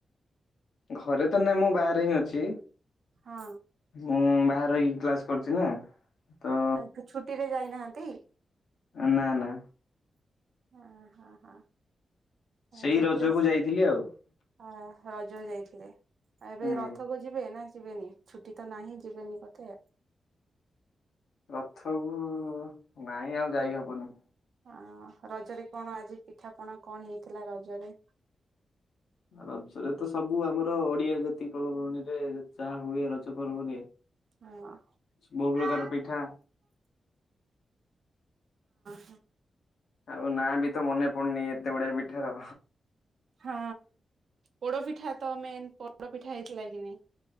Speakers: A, on the left; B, on the right.
A: ଘରେ ତ ନାଇଁ ମୁଁ ବାହାରେ ହିଁ ଅଛି
B: ହଁ
A: ମୁଁ ବା କି କ୍ଲାସ କରୁଛି ନା। ତ
B: ଆଉ ଛୁଟି ରେ ଯାଇନାହାନ୍ତି?
A: ନା ନା।
B: ହଁ ହଁ ହଁ
A: ସେଇ
B: ଛୋଟି
A: ରଜକୁ
B: ତ
A: ଯାଇଥିଲି ଆଉ।
B: ଆ ରଜ ଯାଇଥିଲେ ଆଉ ଏବେ
A: ହୁଁ
B: ରଥକୁ ଯିବେ? ଯିବେନି ଛୁଟି ତ ନାହିଁ ଯିବେନି କୋଥେ?
A: ରଥକୁୁ ନାଇଁ ଆଉ ଯାଇ ହବୁନି।
B: ଆ ରଜରେ କଣ ଆଜି ପିଠାପଣା କଣ ହେଇଥିଲା ରଜରେ?
A: ରଜରେ ତ ସବୁ ଆମର ଓଡିଆ ଜାତି ପର୍ବବାଣୀରେ ଯାହା ହୁଏ ରଜ ପର୍ବରେ।
B: ହଁ।
A: ବହୁ ପ୍ରକାର
B: ହ
A: ପିଠା
B: ହୋ।
A: ଆଉ ନା ବି ତ ମନେ ପଡୁନି ଏତେ ଗୁଡଆ ବିଠାର।
B: ହଁ ପୋଡପିଠା ତ ମେନ୍ ପୋଡପିଠା ହେଇଥିଲା କି ନାଇଁ?